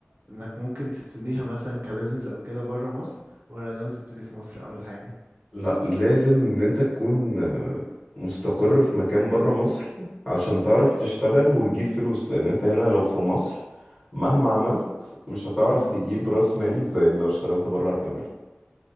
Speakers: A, on the right; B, on the left.
A: انك ممكن تبتديها مثلا كبزنس او كده بره مصر ولا ناوي تبتدي في مصر اول حاجة
B: لا لازم ان انت تكون آه، مستقر في مكان برا مصر عشان تعرف تشتغل وتجيب فلوس لان انت هنا لو في مصر مهما عملت مش هتعرف
A: امم
B: تجيب راس مال زي اللي لو اشتغلت برا هتعمله